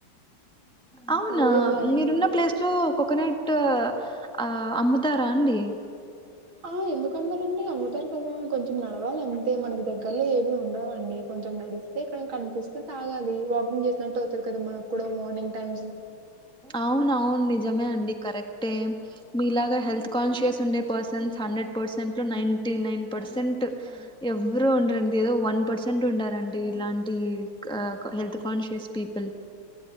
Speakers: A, in the centre; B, on the right.
A: అవునా
B: రోజు మార్నింగ్
A: మీరున్న ప్లేసు, కొకోనట్ ఆ అమ్ముతారా అండి,
B: ఆ ఎందుకు అమ్మరండి అ, తారు కదా కొంచెం నడవాలి. అంతే మనకి దగ్గరలో ఏవి, ఉండవండి కొంచెం నడిస్తే ఇక్కడ కనిపిస్తే తాగాలి, వాకింగ్ చేసినట్టు అవుతాది కదా. మనకు కూడా మార్నింగ్ టైమ్స్,
A: అవును అవును నిజమే అండి. కరెక్టే మీలాగా హెల్త్ కాన్షియస్ ఉండే పర్సన్స్. హండ్రెడ్ పర్సెంట్ లో నైటి నైన్ పర్సెంట్ ఎవరుూ ఉండరండి. ఏదో వన్ పర్సెంట్ ఉంటరండి ఇలాంటి హెల్త్ కాన్షియస్ పీపుల్,